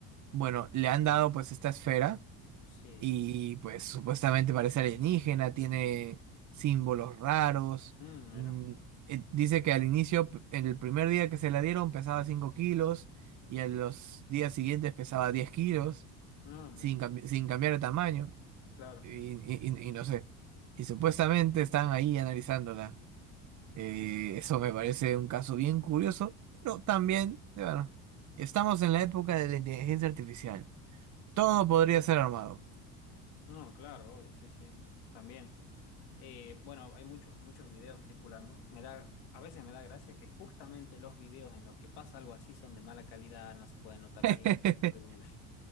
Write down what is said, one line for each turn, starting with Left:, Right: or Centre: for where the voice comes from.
Right: Bueno, le han dado pues esta esfera
Left: Sí.
Right: Y pues supuestamente parece alienígena, tiene símbolos raros.
Left: Mm, mira,
Right: mm, eh, Dice que al inicio, p- en el primer día que se la dieron pesaba 5 kilos y en los días siguientes pesaba 10 kilos
Left: no, mira,
Right: sin, cambi- sin cambiar de tamaño.
Left: claro.
Right: Y, y- y- y no sé. Y supuestamente están ahí analizándola. Eh, eso me parece un caso bien curioso, pero también, bueno, estamos en la época de la inteligencia artificial. Todo podría ser armado.
Left: No, claro, obvio, sí, sí. También. Eh, bueno, hay muchos, muchos videos circulando. Me da, a veces me da gracia que justamente los videos en los que pasa algo así son de mala calidad, no se pueden notar
Right: <laughs>
Left: bien. Entonces, como que <laughs>